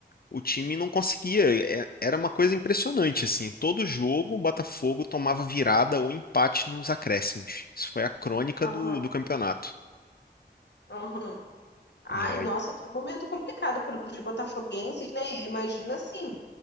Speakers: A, on the left; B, on the left.
A: o time não conseguia. É- Era uma coisa impressionante, assim. Todo jogo o Botafogo tomava virada ou empate nos acréscimos. Isso foi a crônica
B: Aham,
A: do, do campeonato.
B: aham. Ai,
A: E aí,
B: nossa, que momento complicado para os botafoguenses, né? Eu imagino assim,